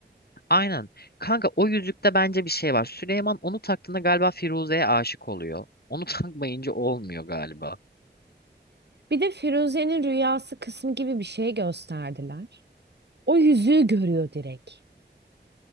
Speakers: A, on the left (about 60°); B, on the right (about 65°).
A: Aynen. Kanka o yüzükte bence bir şey var. Süleyman onu taktığında galiba Firuze'ye aşık oluyor. Onu <laughs> takmayınca olmuyor galiba.
B: Bir de Firuze'nin rüyası kısmı gibi bir şey gösterdiler. O yüzüğü görüyor direkt.